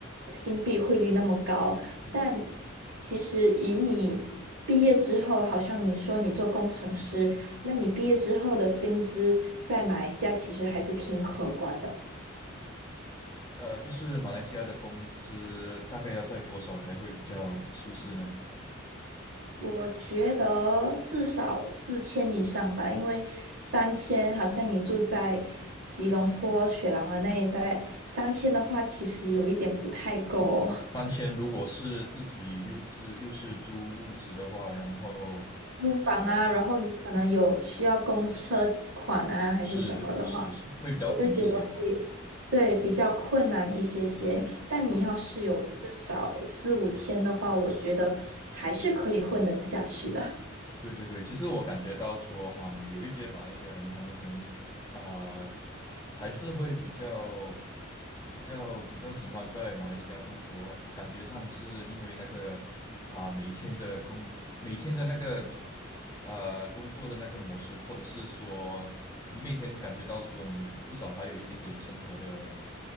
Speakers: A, on the right (about 65°); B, on the left (about 20°).
A: 新币汇率那么高，
B: 嗯，
A: 但其实以你毕业之后，好像你说你做工程师。那你毕业之后的薪资在马来西亚其实还是挺可观的。
B: 呃，就是马来西亚的工资大概要在多少才会比较舒适呢？
A: 我觉得至少四千以上吧，因为三千好像你住在吉隆坡、雪狼的那一带，三千的话其实有一点不太够哦。
B: 三千，
A: <laughs>
B: 如果是自己又自又是租屋子的话，然后
A: 租房啊，
B: 啊、
A: 然后你可能有需要公车款啊，还是什么的话。
B: 是是是会比较紧一些，
A: 我就觉得会对比较困难一些些。但你要是有至少四五千的话，
B: 嗯。
A: 我觉得还是可以混得下去的。
B: 对对对，其实我感觉到说，哈、有一些马来西亚人，他们可能啊、呃还是会比较、比较、比较喜欢在马来西亚工作，感觉上是因为那个啊、每一天的工、每天的那个呃工作的那个模式，或者是说你每天感觉到说，你至少还有一点点生活的，